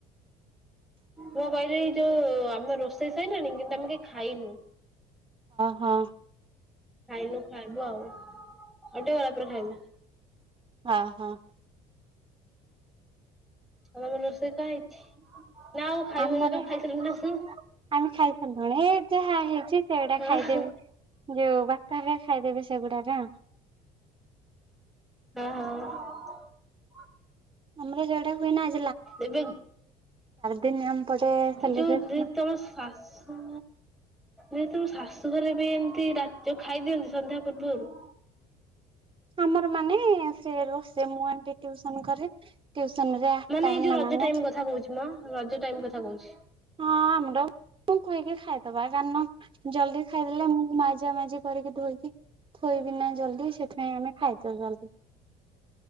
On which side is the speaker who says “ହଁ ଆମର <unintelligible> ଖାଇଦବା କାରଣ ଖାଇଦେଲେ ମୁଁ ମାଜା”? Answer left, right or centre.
Right